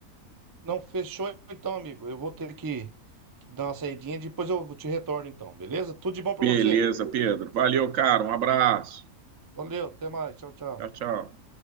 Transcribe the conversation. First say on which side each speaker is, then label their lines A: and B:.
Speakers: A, on the right; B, on the right.
A: Não, fechou então, amigo. Eu vou ter que, que dar uma saidinha, depois eu te retorno então, beleza? Tudo de bom pra
B: Beleza,
A: você.
B: Pedro. Valeu, cara. Um abraço.
A: Valeu, até mais. Tchau, tchau.
B: Tchau, tchau.